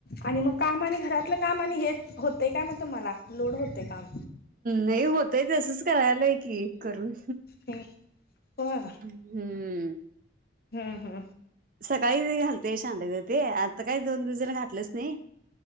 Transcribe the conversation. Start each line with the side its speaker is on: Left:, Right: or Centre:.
Left: आणि मग काम आणि घरातलं काम आणि हेच होतेय काय मग तुम्हाला लोड होते काम
Right: नाही होतय तसंच करायलाय की करून
Left: हम्म होय
Right: हम्म
Left: हा हा
Right: सकाळी घालते शांड ते आता काही दोन दिवला घातलंच नाही